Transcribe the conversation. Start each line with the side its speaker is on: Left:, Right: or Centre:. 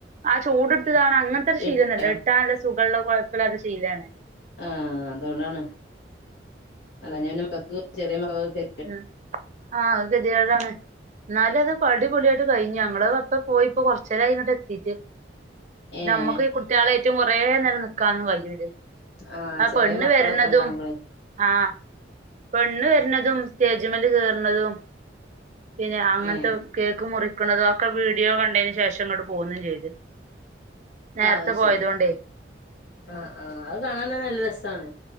Right: ആ ചൂടുട്ത്കാണ് അങ്ങൻ തൊരു
Left: എടുത്തോ
Right: ശീലന്നല്ല ഇട്ടാ നല്ലസുഖള്ള കൊഴപ്പല്ലാത്ത ശീലയാണ്
Left: ആഹ് അതോണ്ടാണ് അല്ലാഞ്ഞപിന്നെ മക്കക്ക് ചെറിയ മകക്ക്
Right: ഉം ആഹ് കെതീടാണ് ഇന്നാലും അത് പടിപൊളിയായിട്ട് കഴിഞ്ഞു ഞങ്ങള് അപ്പ പോയിപ്പോ കൊറച്ചേരായി ഇങ്ങട്ട് എത്തീട്ട് പിന്നെമ്മക്ക്
Left: ഏഹ്
Right: ഈ കുട്ട്യേളേറ്റും കൊറേനേരം നിക്കാനൊന്നും കഴിയൂലെ
Left: ആഹ്
Right: ആ
Left: ചെറിയ
Right: പെണ്ണ്
Left: മക്കളൊക്കെ
Right: വരുന്നതും
Left: ഉണ്ടാവുമ്പളേ
Right: ആഹ് പെണ്ണ് വരുന്നതും സ്റ്റേജ്മൽ കേറുന്നതും പിന്നെ അങ്ങനത്തെ
Left: ഏഹ്
Right: കേക്ക് മുറിക്കുന്നതോ ഒക്കെ വീഡിയോ കണ്ടതിന് ശേഷം ഇങ്ങോട്ട് പോന്നും ചെയ്ത് നേരത്തെ
Left: ആഹ് ശരി
Right: പോയതോണ്ടേ
Left: ആഹ് ആഹ് അത് കാണാൻ നല്ല രസമാണ്